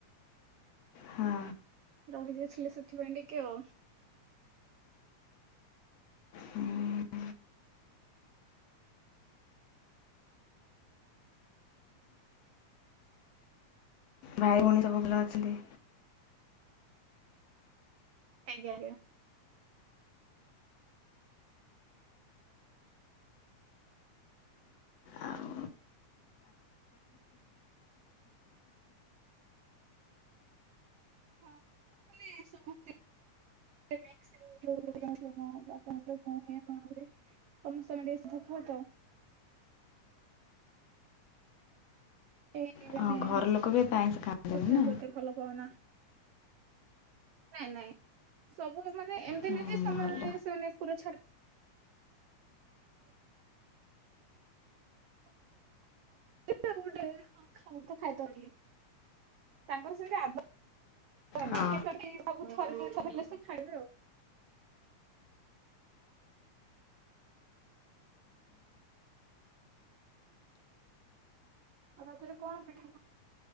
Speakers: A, on the left (about 65°); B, on the right (about 85°).
A: ହଁ।
B: ରହିଯାଇଥିଲି ସେଥିପାଇଁ ଟିକେ ଆଉ।
A: ହୁଁ। ଭାଇ ଭୋଉଣୀ ସବୁ ଭଲ ଅଛନ୍ତି?
B: ଆଜ୍ଞା ଆଜ୍ଞା।
A: ଆଉ
B: ହଁ <unintelligible> ମାନେ ସମସ୍ତେ। <unintelligible> ତମେ <unintelligible> ଦେଖ ତ। ଏଇ ମାନେ
A: ହଁ ଘର
B: ଆଇଁଷ
A: ଲୋକ ବି ଏତେ ଖାଆନ୍ତିନି
B: ଖାଇବାକୁ
A: ନା
B: ଏତେ ଭଲ ପାଅନା। ନାଇଁ ନାଇଁ ସବୁ ମାନେ ଏମିତି
A: ହୁଁ
B: ନାଇଁ ଯେ ସମଦାୟ
A: ଭଲ
B: ସେମାନେ ସେମାନେ ପୁରା ଛାଡି ଗୋଟେ ହଁ ତ ଖାଉତ ଖାଇଦୋଲି <unintelligible> ତାଙ୍କର ସେ ଆଦ ସବୁ
A: ହଁ
B: ଥରିକ ଥରିଲେ ସେ ଖାଇବେ ଆଉ। <unintelligible> ଆଉ ରଜରେ କଣ ପିଠା ପଣା